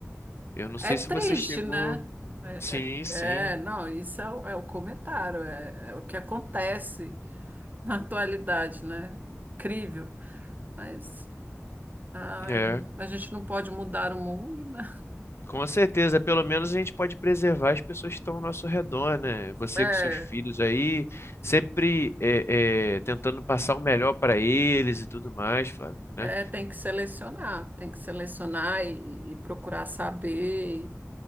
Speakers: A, on the left; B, on the right.
A: eu não sei
B: É triste,
A: se você chegou.
B: né? É,
A: Sim, sim.
B: é- é, não, isso é, o é o comentário, é, é o que acontece na atualidade, né? Incrível. Mas ai,
A: É,
B: a gente não pode mudar o mundo, né?
A: com certeza. Pelo menos a gente pode preservar as pessoas que estão ao nosso redor, né? Você
B: É,
A: com seus filhos aí, sempre é, é, tentando passar o melhor para eles e tudo mais, Flávio, né?
B: é, tem que selecionar, tem que selecionar e, e procurar saber.